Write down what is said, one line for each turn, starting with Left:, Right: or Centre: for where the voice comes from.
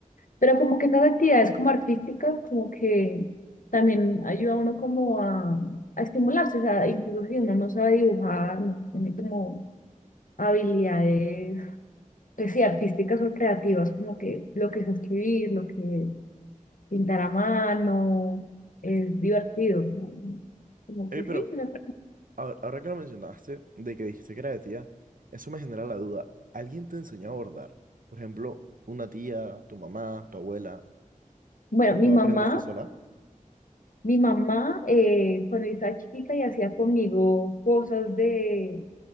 Left: Pero como que estas actividades como artísticas, como que también ayuda a uno como a, a estimularse, o sea, incluso si uno no sabe dibujar, no tiene como habilidades, pues sí, artísticas o creativas, como que lo que es escribir, lo que es pintar a mano, es divertido, ¿no? Como
Right: Oye,
Left: que
Right: pero
Left: sí. o sea,
Right: ahora ahora que lo mencionaste, de que dijiste que era de tía, eso me genera la duda. ¿Alguien te enseñó a bordar? Por ejemplo, una tía, tu mamá, tu abuela,
Left: Bueno,
Right: o tú
Left: mi mamá,
Right: aprendiste sola.
Left: mi mamá, eh, cuando yo estaba chiquita y hacía conmigo cosas de